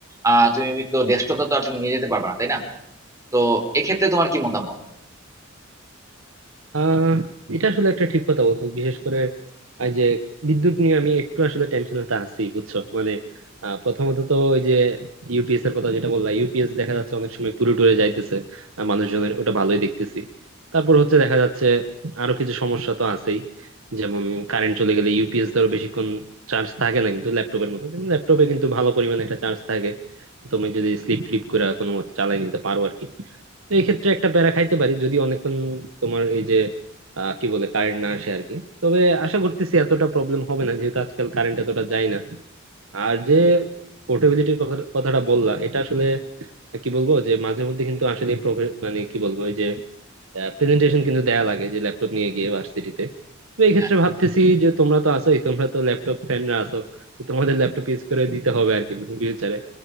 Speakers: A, on the right; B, on the right.
A: আহ, তুমি তো ডেস্কটপটা তো আর তুমি নিয়ে যেতে পারবে না তাই না তো এক্ষেত্রে তোমার কি মতামত
B: আহ এটা আসলে একটা ঠিক কথা বলছো বিশেষ করে এই যে বিদ্যুৎ নিয়ে আমি একটু আসলে টেনশনটা আছি বুঝছো মানে আহ, প্রথমত তো ওই যে ইউপিএস এর কথা যেটা বললাম ইউপিএস দেখা যাচ্ছে অনেক সময় পুরো টুরে যাইতেছে আহ, মানুষজনের ওটা ভালোই দেখতেছি তারপর হচ্ছে দেখা যাচ্ছে আরো কিছু সমস্যা তো আছেই যেমন কারেন্ট চলে গেলে ইউপিএস ধরো বেশিক্ষণ চার্জ থাকে না কিন্তু ল্যাপটপের মতো যেমন ল্যাপটপে কিন্তু ভালো পরিমাণে একটা চার্জ থাকে তুমি যদি স্লিপ ফ্লিপ করে কোনো মতে চালাই নিতে পারো আর কি তো এই ক্ষেত্রে একটা প্যারা খাইতে পারি যদি অনেকক্ষণ তোমার এই যে আহ, কি বলে কারেন্ট না আসে আর কি তবে আশা করতেছি এতটা প্রবলেম হবে না যেহেতু আজকাল কারেন্ট এতটা যায় না আর যে পোর্টেবিলিটির কথা কথাটা বললা এটা আসলে কি বলবো যে মাঝে মধ্যে কিন্তু আসলে প্রফে- মানে কি বলবো ওই যে প্রেজেন্টেশন কিন্তু দেয়া লাগে যে ল্যাপটপ নিয়ে গিয়ে ভার্সিটিতে তো এই ক্ষেত্রে
A: হ্যাঁ
B: ভাবতেছি যে তোমরা তো আসোই তোমরা তো ল্যাপটপ ফ্যানরা আছো তো তোমাদের ল্যাপটপ ইউজ করে দিতে হবে আর কি ফিউচারে